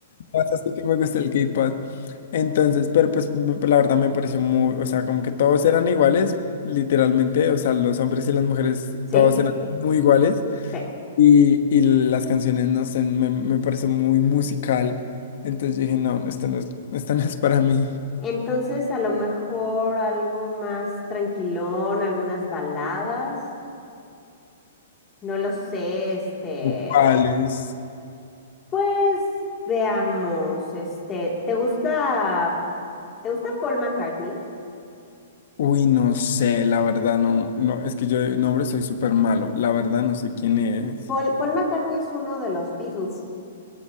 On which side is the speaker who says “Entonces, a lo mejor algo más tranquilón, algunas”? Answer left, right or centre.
Left